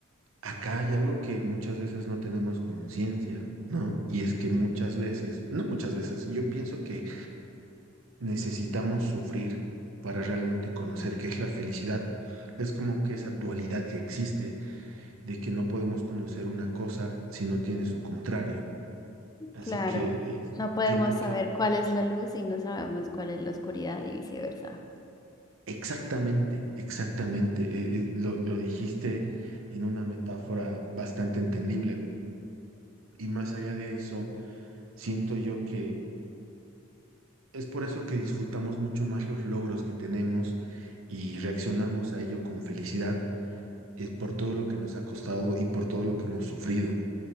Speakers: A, on the right; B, on the left.
A: acá hay algo que muchas veces no tenemos conciencia, ¿no? Y es que muchas veces, no muchas veces, yo pienso que necesitamos sufrir para realmente conocer qué es la felicidad. Es como que esa dualidad que existe de que no podemos conocer una cosa si no tiene su contrario. Así
B: Claro,
A: que eh,
B: no podemos
A: siento
B: saber
A: que
B: cuál es la luz y no sabemos cuál es la oscuridad y viceversa.
A: Exactamente, exactamente. Eh, eh, lo, lo dijiste en una metáfora bastante entendible. Y más allá de eso, siento yo que es por eso que disfrutamos mucho más los logros que tenemos y reaccionamos a ello con felicidad. Es por todo lo que nos ha costado y por todo lo que hemos sufrido.